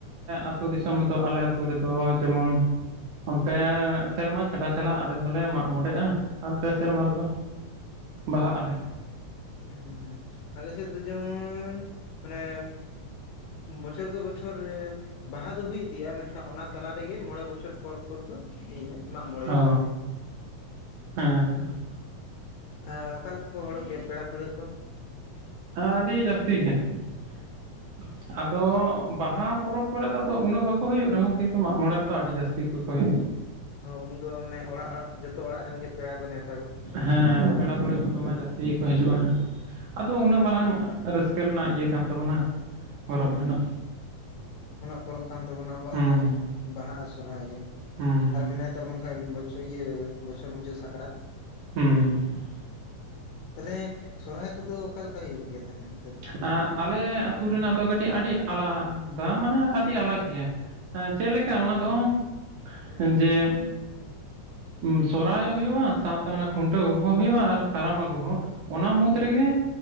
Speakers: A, on the right; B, on the left.
A: ᱟᱹᱛᱩ ᱫᱤᱥᱚᱢ ᱨᱮᱫᱚ ᱟᱞᱮ ᱟᱹᱛᱩ ᱨᱮᱫᱚ ᱡᱮᱢᱚᱱ ᱚᱱᱛᱮ ᱥᱮᱨᱢᱟ ᱪᱷᱟᱰᱟ ᱪᱷᱟᱲᱟ ᱟᱞᱮ ᱫᱚᱞᱮ ᱢᱟᱜ ᱢᱚᱬᱮᱜᱼᱟ ᱟᱨ ᱯᱮ ᱥᱮᱨᱢᱟ ᱨᱮ ᱫᱚ ᱵᱟᱦᱟᱜ ᱟᱞᱮ
B: ᱦᱢᱸ ᱟᱞᱮ ᱥᱮᱫ ᱫᱚ ᱡᱮᱢᱚᱱ ᱢᱟᱱᱮ ᱵᱚᱪᱷᱚᱨ ᱠᱮ ᱵᱚᱪᱷᱚᱨ ᱵᱟᱦᱟ ᱫᱚ ᱦᱩᱭᱩᱜ ᱜᱤᱭᱟ ᱢᱮᱱᱠᱷᱟᱱ ᱚᱱᱟ ᱛᱟᱞᱟᱨᱜᱮ ᱢᱚᱲᱮ ᱵᱚᱪᱷᱚᱨ ᱯᱚᱨ ᱯᱚᱨ ᱫᱚ ᱢᱟᱜ ᱢᱚᱬᱮ
A: ᱚ
B: ᱦᱩᱭᱩᱜᱼᱟ
A: <inaudible>
B: ᱦᱮᱸ ᱚᱠᱟ ᱞᱮᱠᱟ ᱠᱚ ᱦᱚᱲᱚᱜ ᱜᱮᱭᱟ ᱯᱮᱲᱟ ᱯᱟᱹᱲᱦᱟᱹ ᱠᱚ
A: ᱟᱹᱰᱤ ᱡᱟᱹᱥᱛᱤ ᱭᱮᱱᱟ <inaudible> ᱟᱫᱚ ᱵᱟᱦᱟ ᱯᱚᱨᱚᱵᱽ ᱠᱚᱨᱮ ᱫᱚ ᱟᱫᱚ ᱩᱱᱟᱹᱜ ᱵᱟᱠᱚ ᱦᱩᱭᱩᱜ ᱨᱮᱦᱚᱸ ᱠᱤᱱᱛᱩ ᱢᱟᱜ ᱢᱚᱬᱮ ᱨᱮᱫᱚ ᱟᱹᱰᱤ ᱡᱟᱹᱥᱛᱤ ᱜᱮᱠᱚ ᱦᱩᱭᱩᱜᱼᱟ
B: ᱦᱳ ᱩᱱᱫᱚ ᱢᱟᱱᱮ ᱚᱲᱟᱜ ᱚᱲᱟᱜ ᱡᱚᱛᱚ ᱚᱲᱟᱜ ᱨᱮᱱ ᱜᱮ ᱯᱮᱲᱟ ᱠᱚ ᱱᱮᱶᱛᱟ
A: ᱦᱮᱸ ᱯᱮᱲᱟ ᱯᱟᱹᱲᱦᱟᱹ ᱠᱚᱫᱚ ᱢᱟ ᱡᱟᱹᱥᱛᱤ ᱜᱮᱠᱚ ᱦᱤᱡᱩᱜᱼᱟ ᱟᱫᱚ ᱩᱱᱟᱹᱜ ᱢᱟᱨᱟᱝ ᱨᱟᱹᱥᱠᱟᱹ ᱨᱟᱹᱥᱠᱟᱹ ᱨᱮᱱᱟᱜ ᱤᱭᱟᱹ ᱠᱟᱱ ᱛᱟᱵᱚᱱᱟ ᱯᱚᱨᱚᱵᱽ
B: ᱦᱮᱸ
A: ᱨᱮᱱᱟᱜ
B: ᱯᱚᱨᱚᱵᱽ ᱠᱟᱱ ᱛᱟᱵᱚᱱᱟ ᱟᱵᱚᱣᱟᱜ
A: ᱦᱩᱸ
B: ᱫᱚ ᱵᱟᱦᱟ ᱟᱨ ᱥᱚᱦᱨᱟᱭ ᱜᱮ
A: ᱦᱩᱸ
B: ᱟᱨ ᱢᱮᱱᱟᱭ ᱛᱟᱵᱚᱱ ᱠᱷᱟᱱ ᱵᱚᱪᱷᱚᱨ ᱤᱭᱟᱹ ᱵᱚᱪᱷᱚᱨ ᱢᱩᱪᱟᱹᱫ ᱥᱟᱠᱨᱟᱛ
A: <inaudible>
B: ᱛᱟᱦᱞᱮ ᱥᱚᱨᱦᱟᱭ ᱠᱚᱫᱚ ᱚᱠᱟᱞᱮᱠᱟ ᱦᱩᱭᱩᱜ ᱜᱮᱭᱟ ᱛᱟᱦᱞᱮ ᱚᱱᱛᱮ ᱫᱚ
A: ᱟᱞᱮ ᱟᱹᱛᱩ ᱨᱮᱱᱟᱜ ᱫᱚ ᱠᱟᱹᱴᱤᱡ ᱟᱹᱰᱤ ᱟᱞᱟᱫᱟ ᱢᱟᱱᱮ ᱟᱹᱰᱤ ᱟᱞᱟᱜ ᱜᱮᱭᱟ ᱪᱮᱫ ᱞᱮᱠᱟ ᱚᱱᱟ ᱫᱚ
B: ᱦᱩᱸ
A: ᱡᱮ ᱥᱚᱨᱦᱟᱭ ᱦᱩᱭᱩᱜᱼᱟ ᱥᱟᱶᱛᱮ ᱠᱷᱩᱱᱴᱟᱹᱣ ᱦᱚᱸ ᱦᱩᱭᱩᱜᱼᱟ ᱟᱨ ᱠᱟᱨᱟᱢ ᱟᱹᱜᱩ ᱦᱚᱸ ᱚᱱᱟ ᱢᱩᱫᱽ ᱨᱮᱜᱮ